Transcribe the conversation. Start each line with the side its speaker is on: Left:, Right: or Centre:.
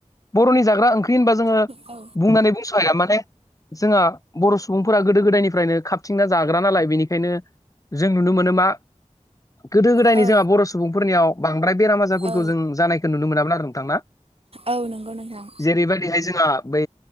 Left: बर'नि जाग्रा ओंख्रि होनबा जोंङो
Right: औ
Left: बुंनानै बुंस हाया माने जोंहा बर' सुबुंफोरा गोदो गोदायनिफ्रायनो खाबथिंना जाग्रा नालाय बेनि बेखायनो जों नुनो मोनो मा गोदो गोदायनि
Right: औ
Left: जोंहा बर' सुबुंफोरनियाव बांद्राय बेराम आजारफोरखौ
Right: औ
Left: जों जानायखौ नुनो मोनामोन आरो नोंथां ना।
Right: औ नंगौ नोंथां।
Left: जेरैबायदिहाय जोंहा बै